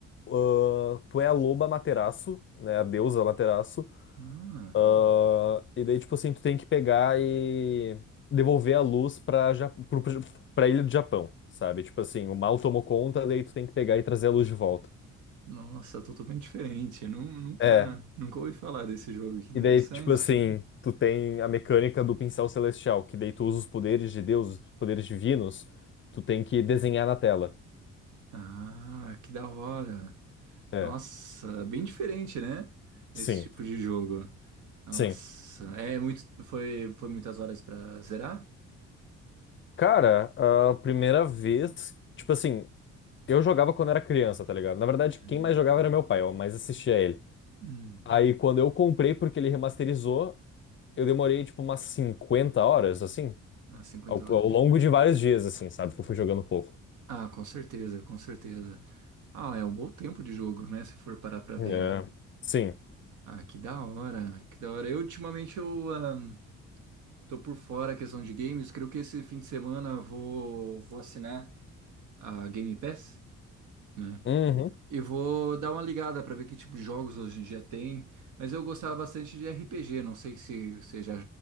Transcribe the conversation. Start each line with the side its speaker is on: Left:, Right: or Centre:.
Left: ah, tu é a loba Materaço, né? A deusa Materaço.
Right: Ah,
Left: Ah, e daí, tipo assim, tu tem que pegar e devolver a luz pra, ja pro, pro- pra ilha do Japão, sabe? Tipo assim, o mal tomou conta, daí tu tem que pegar e trazer a luz de volta.
Right: nossa, totalmente diferente. Eu nu- Nunca,
Left: É,
Right: nunca ouvi falar desse jogo. Que interessante.
Left: e daí, tipo assim, tu tem a mecânica do pincel celestial, que daí tu usa os poderes de Deus, os poderes divinos, tu tem que desenhar na tela.
Right: Ah, que da hora.
Left: É,
Right: Nossa, bem diferente, né?
Left: sim,
Right: Esse tipo de jogo. Nossa,
Left: sim.
Right: é muito, foi, foi muitas horas pra zerar?
Left: Cara, a primeira vez, tipo assim, eu jogava quando era criança, tá ligado? Na verdade,
Right: Uhum.
Left: quem mais jogava era meu pai, eu mais assistia a ele.
Right: Hum,
Left: Aí quando eu comprei, porque ele remasterizou, eu demorei tipo umas 50 horas, assim,
Right: umas 50
Left: ao,
Right: horas.
Left: ao
Right: de-
Left: longo de vários dias, assim, sabe? Que eu fui jogando pouco.
Right: Ah, com certeza, com certeza. Ah, é um bom tempo de jogo, né? Se for parar pra ver,
Left: É.
Right: né?
Left: Sim.
Right: Ah, que da hora, que da hora. Eu, ultimamente, eu ah, tô por fora a questão de games. Creio que esse fim de semana eu vou, vou assinar a Game Pass, né?
Left: Uhum.
Right: E vou dar uma ligada para ver que tipo de jogos hoje em dia tem. Mas eu gostava bastante de RPG. Não sei se você já